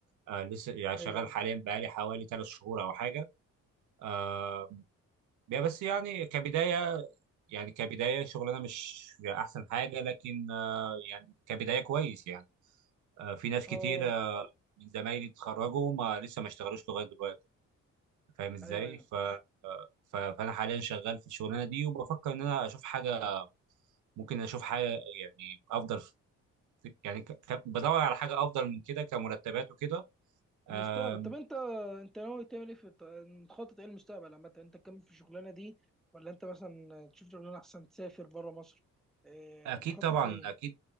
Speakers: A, on the right (about 75°); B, in the centre.
A: آه، لسه يعني
B: ايوه
A: شغال
B: ايوه
A: حاليا بقالي حوالي ثلاث شهور او حاجه آه، يا بس يعني كبداية يعني كبداية شغلنا مش أحسن حاجة لكن آه، يعني كبداية كويس يعني آه، في ناس
B: اه
A: كتير آه، من زمايلي اتخرجوا ما لسه ما اشتغلوش لغاية دلوقتي فاهم ازاي
B: ايوه ايوه
A: ف آه، ف- فأنا حاليا شغال في الشغلانة دي وبفكر إن أنا أشوف حاجة ممكن أشوف حاجة يعني أفضل في يعني ك... ك- بدور على حاجة أفضل من كده كمرتبات وكده آه،
B: المستقبل طب انت انت ناوي تعمل ايه في الط- مخطط ايه المستقبل عامة؟ انت تكمل في الشغلانة دي ولا انت مثلا تشوف شغلانة احسن تسافر بره مصر؟ أه
A: اكيد
B: مخطط
A: طبعا
B: ليه؟
A: اكيد